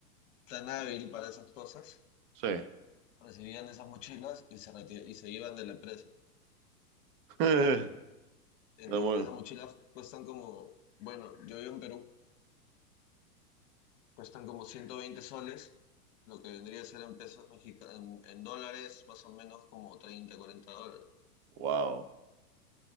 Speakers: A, on the left; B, on the right.
A: tan hábil para esas cosas,
B: Sí.
A: recibían esas mochilas y se, reti- y se iban de la empresa.
B: <laughs> Está
A: Entonces,
B: muy-
A: esas mochilas cuestan como, bueno, yo vivo en Perú, cuestan como 120 soles, lo que vendría a ser en pesos mexicanos, en, en dólares más o menos como 30 40 dólares.
B: Wow.